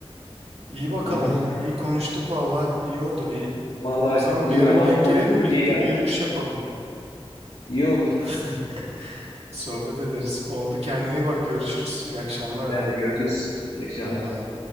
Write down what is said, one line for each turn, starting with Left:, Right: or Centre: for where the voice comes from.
Right: İyi bakalım.
Left: Anladım.
Right: İyi konuştuk valla. İyi oldu bir.
Left: Vallahi
Right: O zaman
Left: uzun
Right: bir ara
Left: zamandır
Right: bir denk
Left: konuşmadık.
Right: gelelim de birlikte
Left: İyi geldi.
Right: bir yürüyüş yapalım.
Left: İyi olur.
Right: <laughs> Sohbet ederiz. Oldu kendine iyi bak görüşürüz. İyi akşamlar Aran.
Left: Sen de görüşürüz. İyi akşamlar.
Right: Bay bay.